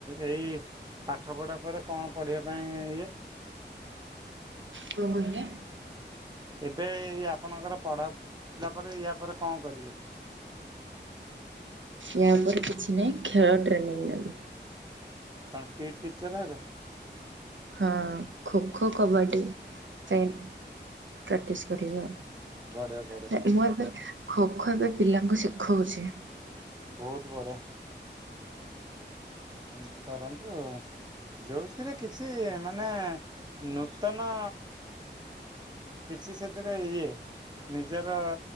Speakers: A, on the right; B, on the right.
A: ଏଇ ପାଠ ପଢା ପରେ କଣ ପଢିଆ ପାଇଁ ଇଏ?
B: କଣ କହିଲେ?
A: ଏବେ ଆପଣଙ୍କର ପଢ଼ା ପଢିଲା ପରେ, ୟା ପରେ କଣ କରିବେ?
B: ୟା ଉପରେ କିଛି ନାହିଁ, ଖେଳ ଟ୍ରେନିଂ ନେବି।
A: କଣ ପି ଇ ଟି ଟିଚର ହେବେ?
B: ହଁ ଖୋ ଖୋ, କବାଡ଼ି ପାଇଁ ପ୍ରାକ୍ଟିସ୍ କରିବି ଆଉ।
A: ବଢ଼ିଆ ବଢ଼ିଆ
B: ନା ମୁଁ ଏବେ ଖୋ ଖୋ ଏବେ ପିଲାଙ୍କୁ ଶିଖଉଚି।
A: ବହୁତ ବଢ଼ିଆ। ଏମିତି କରନ୍ତୁ ଯୋଉଥିରେ କିଛି ମାନେ। ନୂତନ କିଛି ସେଥିରେ ଇଏ। ନିଜର।